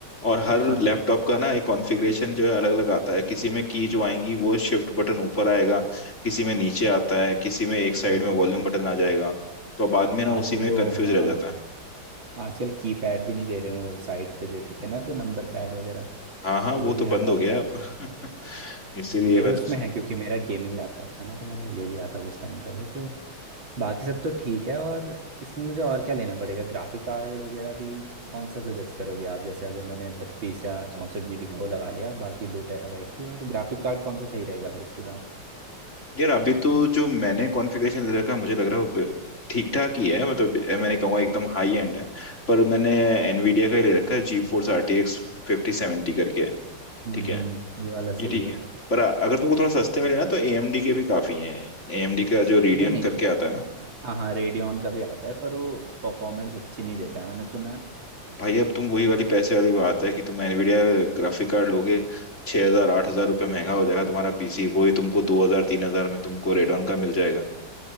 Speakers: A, on the left (about 35°); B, on the right (about 65°).
A: और हर
B: हाँ
A: लैपटॉप का ना एक कॉन्फ़िगरेशन जो है अलग अलग आता है किसी में की जो आएंगी वो शिफ्ट बटन ऊपर आएगा किसी में नीचे आता है किसी में एक साइड
B: हम्म।
A: में वॉल्यूम बटन आ जाएगा तो अब आदमी ना
B: आजकल
A: उसी में
B: तो
A: कंफ्यूज
B: हाँ
A: रह जाता है
B: आजकल कीपैड भी नहीं दे रहे हैं वो साइड पे देते थे ना जो नंबर पैड वगैरह
A: हाँ हाँ
B: तो वो
A: वो तो
B: भी
A: बंद
B: हटा
A: हो
B: दिया
A: गया अब
B: आजकल
A: <laughs> इसीलिए
B: मेरे
A: मैं
B: उसमें
A: तो
B: है क्योंकि मेरा गेमिंग लैपटॉप था ना तो मैंने ले लिया था उस टाइम पहले तो बाकी सब तो ठीक है और इसमें मुझे और क्या लेना पड़ेगा ग्राफिक कार्ड वगैरह भी कौन सा सजेस्ट करोगे आप जैसे अगर मैंने बत्तीस या चौंसठ जीबी का वो लगा लिया बाकी दो टेराबाइट की और ग्राफिक कार्ड कौन सा सही रहेगा फिर इसके साथ
A: यार अभी तो जो मैंने कॉन्फ़िगरेशन ले रखा है, मुझे लग रहा है वो ठीक ठाक ही है मतलब ए, मैंने कहूँगा एकदम हाई एंड है पर मैंने एनवीडिया का ही ले रखा है GeForce R T x फिफ्टी सेवेंटी करके है
B: हम्म
A: ठीक है
B: ये वाला
A: ये
B: सही
A: ठीक
B: है
A: है पर अ- अगर तुमको थोड़ा सस्ते में लेना तो ए एम डी के भी काफ़ी हैं ए एम डी का जो रेडियन
B: नहीं नहीं
A: करके आता है ना
B: हाँ हाँ रेडियन का भी आता है पर वो परफॉर्मेंस अच्छी नहीं देता है मैंने सुना है
A: भाई अब तुम वही वाली पैसे वाली बात है कि तुम एनवीडिया ग्राफिक कार्ड लोगे छः हज़ार आठ हज़ार रुपये महंगा हो जाएगा तुम्हारा पीसी वही तुमको दो हज़ार तीन हज़ार में तुमको रेडॉन का मिल जाएगा